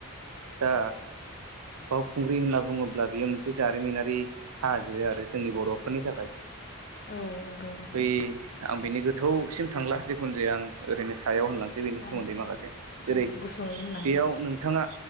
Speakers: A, on the right; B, on the left.
A: दा बावखुंग्रि होनना बुंङोब्ला बियो मोनसे जारिमिनारि हाजो आरो जोंनि बर'फोरनि थाखाय।
B: ओं औ नंगौ नोंथां
A: बै आं बिनि गोथौसिम थांला जिखुनु जाया आं ओरैनो सा याव होनलांसै बेनि
B: ओं
A: सोमोन्दै माखासे जेरै
B: ओं गुसुङै होनलांदो
A: बेयाव नोंथाङा